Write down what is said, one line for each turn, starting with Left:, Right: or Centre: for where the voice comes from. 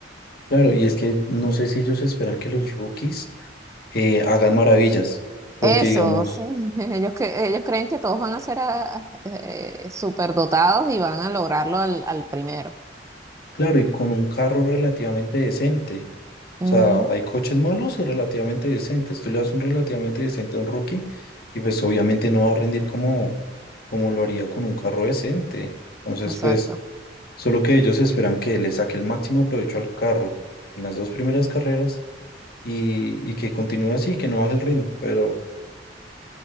Left: claro, y es que no sé si ellos esperan que los rookies eh, hagan maravillas, porque
Right: Eso,
Left: digamos,
Right: sí. <laughs> Ellos, cre- ellos creen que todos van a ser a- eh, superdotados y van a lograrlo al, al primero.
Left: claro, y con un carro relativamente decente,
Right: Mm,
Left: o sea, hay coches malos y relativamente decentes. Tú le das un relativamente decente a un rookie y pues obviamente no va a rendir como, como lo haría con un carro decente. Entonces,
Right: exacto.
Left: pues Solo que ellos esperan que le saque el máximo provecho al carro en las dos primeras carreras y, y que continúe así, que no baje el ritmo, pero